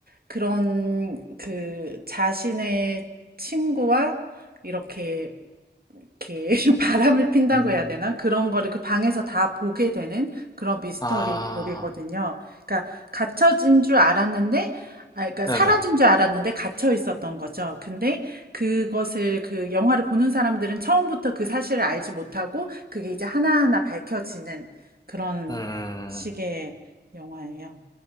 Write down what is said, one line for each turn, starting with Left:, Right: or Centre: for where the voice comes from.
Right: 그런 그 자신의 친구와 이렇게 이렇게 <laughs> 바람을 핀다고
Left: 음,
Right: 해야 되나? 그런 거를 그 방에서 다 보게 되는 그런 미스터리물이거든요.
Left: 아,
Right: 그러니까 갇혀진 줄 알았는데 아, 그러니까
Left: 네네.
Right: 사라진 줄 알았는데 갇혀 있었던 거죠. 근데 그것을 그 영화를 보는 사람들은 처음부터 그 사실을 알지 못하고 그게 이제 하나하나 밝혀지는 그런
Left: 음,
Right: 식의 영화예요.